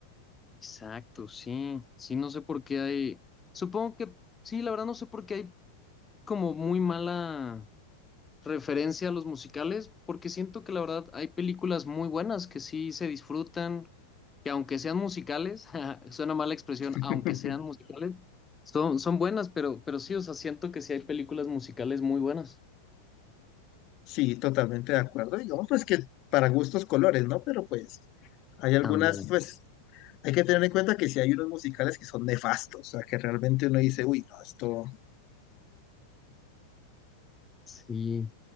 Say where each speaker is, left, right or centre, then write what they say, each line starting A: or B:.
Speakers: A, on the left (about 15°); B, on the left (about 40°).
A: Exacto, sí, sí, no sé por qué hay, supongo que, sí, la verdad no sé por qué hay como muy mala referencia a los musicales, porque siento que la verdad hay películas muy buenas que sí se disfrutan, que aunque sean musicales, <laughs> ja, suena mala expresión,
B: <laughs>
A: aunque sean musicales, son, son buenas, pero, pero sí, o sea, siento que sí hay películas musicales muy buenas.
B: Sí, totalmente de acuerdo. Digamos, pues que para gustos colores, ¿no? Pero pues hay algunas,
A: Ándale.
B: pues hay que tener en cuenta que si hay unos musicales que son nefastos, o sea, que realmente uno dice, uy, no, esto...
A: Sí,